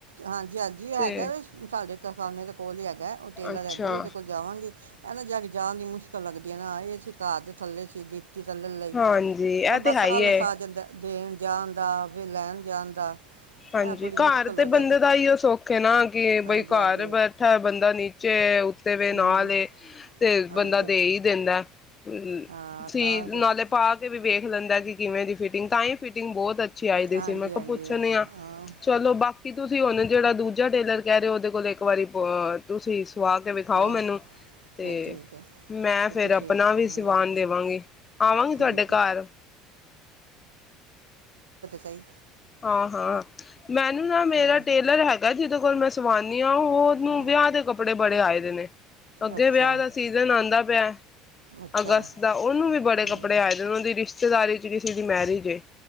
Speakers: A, on the right; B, on the left.
A: ਹਾਂਜੀ ਅਜੀ ਹੈਗਾ
B: ਤੇ
A: ਵੀ ਸਾਡੇ ਕਿਸਾਨੇ ਦੇ ਕੋਲ ਹੀ ਹੈਗਾ ਉਹ ਟੇਲਰ
B: ਅੱਛਾ
A: ਹੈਗੀ ਉਹਦੇ ਕੋਲ ਜਾਵਾਂਗੇ ਇਹਨਾਂ ਜਾ ਕੇ ਜਾਣ ਦੀ ਮੁਸ਼ਕਿਲ ਲੱਗਦੀ ਹੈ ਨਾ ਇਹ ਸੀ ਘਰ ਦੇ ਥੱਲੇ ਸੀ <unintelligible>
B: ਹਾਂਜੀ ਇਹ ਤੇ
A: ਬਸ
B: ਹੈ
A: ਆਲਸ
B: ਹੀ ਹੈ
A: ਆ ਜਾਂਦੇ ਦੇਣ ਜਾਣ ਦਾ ਵੀਿਰ ਲੈਣ ਜਾਂ ਦਾ
B: ਹਾਂਜੀ
A: ਇਹ ਥੋੜੀ ਮੁਸ਼ਕਲ
B: ਘਰ ਤੇ
A: ਹੋ ਜਾਂਦੀ
B: ਬੰਦੇ ਦਾ ਹੀਈ ਉਹ ਸੌਖੇ ਨਾ ਕਿ
A: ਹਾਂਜੀ
B: ਬਈ ਘਰ
A: ਹਾਂਜੀ
B: ਬੈਠਾ ਬੰਦਾ ਨੀ ਚੇ ਊ ਵੇ
A: ਹੂੰ
B: ਨਾਲ ਇਹ ਤੇ
A: ਹਾਂਜੀ
B: ਬੰਦਾ ਦੇ ਹੀ ਦਿੰਦਾ ਹ
A: ਹਾਂ
B: ਸੀ
A: ਤਾਂ ਦੱਸ
B: ਨਾਲੇ ਪਾ ਕੇ ਵੀ ਵੇਖ ਲੈਂਦਾ ਕਿਵੇਂ ਦੀ ਫਿਟਿੰਗ ਤਾਂ ਹੀ ਫਿਟਿੰਗ ਬਹੁਤ ਅੱਛੀ ਅਛੀ ਆਈ ਦੀ
A: ਹਾਂਜੀ
B: ਸੀ ਮੈਂ ਕਿਹਾ
A: ਹਾਂਜੀ
B: ਪੁੱਛਣ ਆ
A: ਹਾਂ
B: ਚਲੋ ਬਾਕੀ ਕੀ ਤੁਸੀਂ ਉਹੁਣ ਜਿਹੜਾ ਦੂਜਾ ਟੇਲਰ ਕਹਿ ਰਹੇ ਹੋ ਉਹਦੇ ਕੋਲ ਇੱਕ ਵਾਰੀ ਪ ਤੁਸੀਂ ਸੁਆਹ ਕੇ ਵਿਖਾਓ
A: ਹੈਂ
B: ਮੈਨੂੰ ਤੇ
A: ਫਿਰ ਠੀਕ ਹੈ
B: ਮੈਂ
A: ਤੇ
B: ਫਿਰ
A: ਤੁਸੀਂ
B: ਆਪਣਾ ਵੀ ਸਵਾਨ
A: ਹੂੰ
B: ਦੇਵਾਂਗੀ ਆਵਾਂਗੀ ਤੁਹਾਡੇ
A: ਠੀਕ ਹੈ
B: ਘਰ
A: ਨਹੀਂ
B: ਹਾਂ ਹਾਂ ਮੈਨੂੰ ਨਾ ਮੇਰਾ
A: ਤੇ
B: ਟੇਲਰ ਹੈਗਾ ਕਿਹਾ ਜਿਹਦੇ ਕੋਲ ਮੈਂ ਸਵਾਨੀ ਉਹਨੂੰ
A: ਹੂੰ
B: ਵਿਆਹ ਦੇ ਕੱਪੜੇ ਬੜੇ ਆਏ ਦੇ ਨੇ ਅੱਗੇ
A: ਅੱਛਾ
B: ਵਿਆਹ ਦਾ ਸੀਜਨ ਆਉਂਦਾ <unintelligible>
A: ਅੱਛਾ
B: ਅਗਸਤ ਦਾ ਉਹਨੂੰ ਵੀ ਬੜੇ
A: ਹੂੰ
B: ਕੱਪੜੇ ਆਏ ਨੇ ਉਹ ਦੀ ਰਿਸ਼ਤੇ ਰਿਸ਼ਤੇਦਾਰੀ ਚ ਕਿਸੇ ਦੀ ਮੈਰਿਜ ਏ